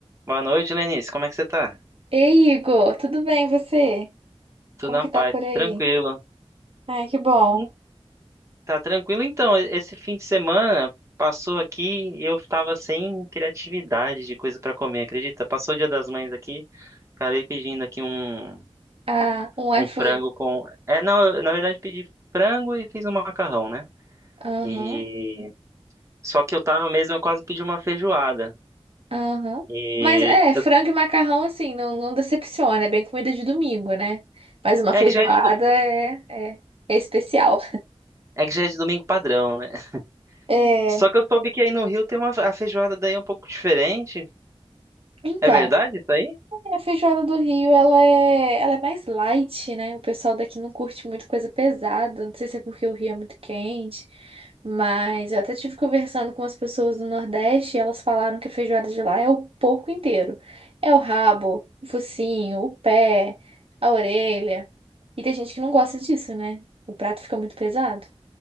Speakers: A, on the right; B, on the right.
A: Boa noite, Lenice. Como é que você tá?
B: Ei, Igor, tudo bem, e você?
A: Tudo
B: Como
A: na
B: que
A: paz,
B: tá por aí?
A: tranquilo.
B: Ai, que bom.
A: Hum, Tá tranquilo? Então, e- esse fim de semana passou aqui e eu tava sem criatividade de coisa pra comer, acredita? Passou o Dia das Mães aqui, acabei pedindo aqui um,
B: Ah, um iFood.
A: um frango com. É, não, eu, na verdade pedi frango e fiz um macarrão, né?
B: Aham,
A: E só que eu tava mesmo, eu quase pedi uma feijoada.
B: aham.
A: E
B: Mas é,
A: eu...
B: frango e macarrão, assim, não, não decepciona. É bem comida de domingo, né? Mas uma
A: é
B: feijoada
A: que já é de... do-
B: é, é, é especial.
A: é que já é de domingo padrão, né? <laughs>
B: É,
A: Só que eu soube que aí no Rio tem uma a feijoada daí é um pouco diferente.
B: então.
A: É verdade isso aí?
B: A feijoada do Rio, ela é, ela é mais light, né? O pessoal daqui não curte muito coisa pesada. Não sei se é porque o Rio é muito quente, mas eu até tive conversando com as pessoas do Nordeste e elas falaram que a feijoada de lá é o porco inteiro. É o rabo, o focinho, o pé, a orelha. E tem gente que não gosta disso, né? O prato fica muito pesado.